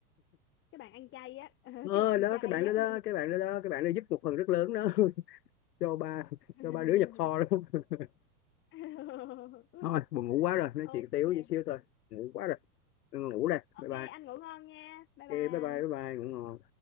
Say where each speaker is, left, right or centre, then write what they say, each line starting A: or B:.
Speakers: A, on the left (about 25°); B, on the left (about 80°).
A: các bạn ăn chay á <laughs> các
B: ờ
A: bạn ăn
B: đó
A: chay
B: cái bạn
A: á
B: đó đó cái bạn đó đó cái bạn đó giúp một phần rất lớn đó <laughs> cho ba
A: <laughs>
B: cho ba đứa nhập kho đó <laughs>
A: <laughs>
B: thôi buồn ngủ quá rồi nói
A: ok
B: chuyện tiếu chút xíu thôi ngủ quá rồi Ừ, ngủ đây bye
A: ok
B: bye
A: anh ngủ ngon nha bye
B: ok bye
A: bye
B: bye
A: anh
B: bye bye ngủ ngon